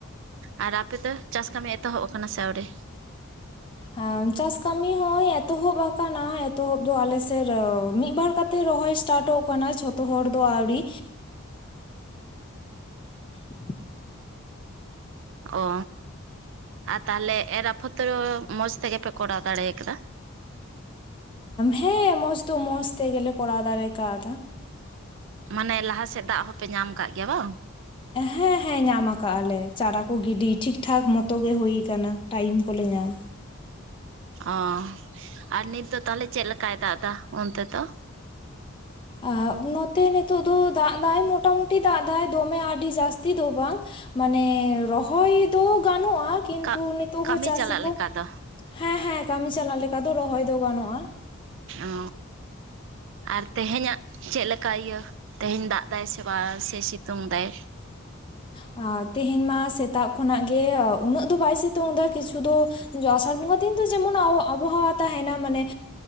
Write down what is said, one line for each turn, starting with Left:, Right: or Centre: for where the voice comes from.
Right: ᱟᱨ ᱟᱯᱮ ᱫᱚ ᱪᱟᱥ ᱠᱟᱹᱢᱤ ᱮᱛᱚᱦᱚᱵ ᱠᱟᱱᱟ ᱥᱮ ᱟᱹᱣᱨᱤ?
Left: ᱦᱮᱻ ᱪᱟᱥ ᱠᱟᱹᱢᱤ ᱦᱚᱸᱭ ᱮᱛᱚᱦᱚᱵ ᱠᱟᱱᱟ ᱮᱛᱚᱦᱚᱵ ᱫᱚ ᱟᱞᱮ ᱥᱮᱨ ᱢᱤᱫᱵᱟᱨ ᱠᱟᱛᱮ ᱛᱮ ᱨᱚᱦᱚᱭ ᱥᱴᱟᱴᱚᱜ ᱠᱟᱱᱟ ᱡᱷᱚᱛᱚ ᱦᱚᱲ ᱫᱚ ᱟᱹᱣᱨᱤ <inaudible>
Right: ᱚ ᱟᱨ ᱛᱟᱦᱚᱞᱮ ᱮᱨ ᱟᱯᱚᱛᱨᱚ ᱢᱚᱸᱡᱽ ᱛᱮᱜᱮ ᱯᱮ ᱠᱚᱨᱟᱣ ᱫᱟᱲᱮ ᱠᱟᱫᱟ?
Left: ᱦᱮᱸ ᱢᱚᱸᱡᱽ ᱫᱚ ᱢᱚᱸᱡᱽ ᱛᱮᱜᱮᱞᱮ ᱠᱚᱨᱟᱣ ᱫᱟᱨᱮ ᱠᱟᱣᱫᱟ᱾
Right: ᱢᱟᱱᱮ ᱞᱟᱦᱟ ᱥᱮᱫ ᱫᱟᱜ ᱦᱚᱸᱯᱮ ᱧᱟᱢ ᱠᱟᱜ ᱜᱮᱭᱟ ᱵᱟᱝ
Left: ᱦᱮᱸ ᱦᱮᱸ ᱧᱟᱢ ᱠᱟᱜ ᱟᱞᱮ ᱪᱟᱨᱟ ᱠᱚ ᱜᱤᱰᱤ ᱴᱷᱤᱠ ᱴᱷᱟᱠ ᱢᱚᱛ ᱛᱚ ᱜᱮ ᱦᱩᱭ ᱠᱟᱱᱟ ᱴᱟᱭᱤᱢ ᱠᱚᱞᱮ ᱧᱟᱢ
Right: ᱚ ᱟᱨ ᱱᱤᱛ ᱫᱚ ᱛᱟᱦᱚᱞᱮ ᱪᱮᱫ ᱞᱮᱠᱟᱭ ᱫᱟᱜ ᱫᱟ ᱚᱱᱛᱮ ᱫᱚ?
Left: ᱟᱻ ᱱᱚᱛᱮ ᱱᱤᱛᱳᱜ ᱫᱚ ᱫᱟᱜ ᱫᱟᱭ ᱢᱚᱴᱟᱢᱩᱴᱤ ᱫᱟᱜ ᱫᱟᱭ ᱫᱚᱢᱮ ᱟᱹᱰᱤ ᱡᱟᱹᱥᱛᱤ ᱫᱚ ᱵᱟᱝ ᱢᱟᱱᱮ ᱨᱚᱦᱚᱭ ᱫᱚ ᱜᱟᱱᱚᱜᱼᱟ ᱠᱤᱱᱛᱩ
Right: ᱠᱟᱜ
Left: ᱱᱤᱛᱚᱜ
Right: ᱠᱟᱹᱢᱤ
Left: ᱦᱚᱸ ᱪᱟᱹᱥᱤ
Right: ᱪᱟᱞᱟᱜ
Left: ᱠᱚ
Right: ᱞᱮᱠᱟ ᱫᱚ
Left: ᱦᱮᱸ ᱦᱮᱸ ᱠᱟᱹᱢᱤ ᱪᱟᱞᱟᱜ ᱞᱮᱠᱟ ᱫᱚ ᱨᱚᱦᱚᱭ ᱫᱚ ᱜᱟᱱᱚᱜᱼᱟ ᱾
Right: ᱚᱻ ᱟᱨ ᱛᱮᱦᱮᱸᱧᱟᱜ ᱪᱮᱫ ᱞᱮᱠᱟ ᱤᱭᱟᱹ ᱛᱮᱦᱮᱧ ᱫᱟᱜ ᱫᱟᱭ ᱥᱮ ᱵᱟᱝ ᱥᱮ ᱥᱤᱛᱩᱝ ᱥᱟᱭ?
Left: ᱟᱹ ᱛᱮᱦᱮᱸᱧ ᱢᱟ ᱥᱮᱛᱟᱜ ᱠᱷᱚᱱᱟᱜ ᱜᱮ ᱩᱱᱟᱹᱜ ᱫᱚ ᱵᱟᱭ ᱥᱤᱛᱩᱝ ᱫᱟ ᱠᱤᱪᱷᱩ ᱫᱚ ᱟᱥᱟᱲ ᱵᱚᱸᱜᱟ ᱫᱤᱱ ᱫᱚ ᱡᱮᱢᱚᱱ ᱟᱵᱚᱦᱟᱣᱟ ᱛᱟᱸᱦᱮᱱᱟ, ᱢᱟᱱᱮ